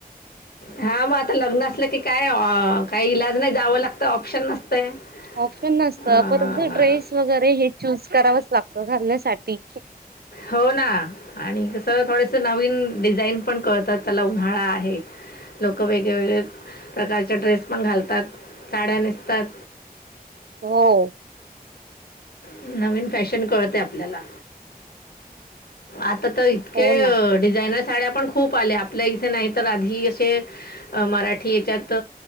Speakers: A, on the left (about 80°); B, on the right (about 80°).
A: हा, मग आता लग्न असलं की काय काही इलाज नाही जावं लागतं ऑप्शन नसतंय.
B: ऑप्शन नसत,
A: अ,
B: परत हे ड्रेस वगैरे हे चूज कराव लागत घालण्यासाठी.
A: हो ना., आणि कस थोडेस नवीन डिझाईन पण कळतात चला उन्हाळा आहे. लोक वेगळेवेेगळे प्रकारचे ड्रेस पण घालतात. साड्या नेसतात.
B: हो
A: नवीन फॅशन कळते आपल्याला आता इतके
B: हो ना
A: डिझाईन साड्या पण खूप आल्या, आपल्या इथे नाही तर आधी असे मराठी याच्यात